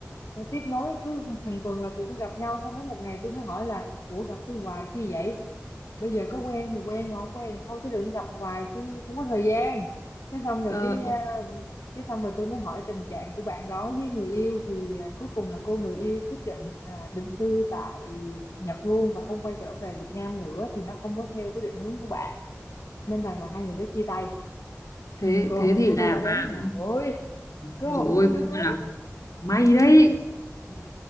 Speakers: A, on the left; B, on the left.
A: ờ, tiếp nối cứ hàng tuần là tụi tôi gặp nhau xong đến một ngày tôi mới hỏi là ủa gặp tôi hoài chi vậy bây giờ có quen thì quen còn không quen thì thôi chứ đừng gặp hoài tôi không có thời gian cái xong rồi
B: ờ,
A: cái
B: ốc-
A: ờ, cái xong rồi tôi mới hỏi tình trạng của bạn đó với người yêu thì ờ, cuối cùng là cô người yêu quyết định là định cư tại Nhật luôn và không quay trở về Việt Nam nữa thì nó không có theo với định hướng của bạn nên rằng là hai người đã chia tay
B: thế
A: cơ
B: thế
A: hội
B: thì
A: của
B: là
A: tôi đã
B: bà
A: đến bà
B: cũng
A: ơi cơ
B: rồi
A: hội
B: ôi
A: của tôi đã
B: cũng gọi
A: đến
B: là may đấy.
A: ừ.